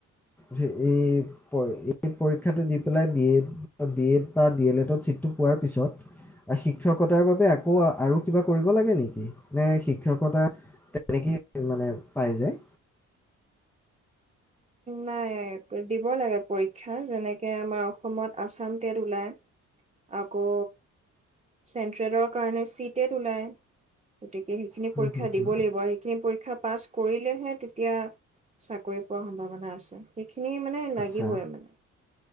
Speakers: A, in the centre; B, on the right (about 20°).
A: হে এই এই পৰীক্ষাটো দি পেলাই বি এড বি এড বা ডি এল এডত চিটটো পোৱাৰ পিছত শিক্ষকতাৰ বাবে আকৌ আৰু কিবা কৰিব লাগে নেকি? নে শিক্ষকতা তেনেকেই মানে। পাই যায়।
B: নাই, দিব লাগে। পৰীক্ষা তেনেকে আমাৰ অসমত আছাম টেট ওলায়, আকৌ চেণ্ট্ৰেলৰ কাৰণে চি টেট ওলায়। গতিকে সেইখিনি
A: হুম,
B: পৰীক্ষ
A: হুম, হুম।
B: দিব লাগিব সেইখিনি পৰীক্ষা পাছ কৰিলেহে তেতিয়া চাকৰি। পোৱাৰ সম্ভাৱনা আছে। খিনি মানে লাগিবই
A: আচ্ছা
B: মানে।